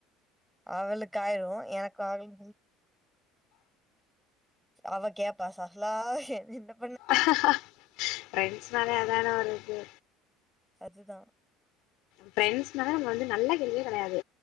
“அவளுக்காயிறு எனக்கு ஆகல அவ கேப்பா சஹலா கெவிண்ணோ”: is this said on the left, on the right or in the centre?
Centre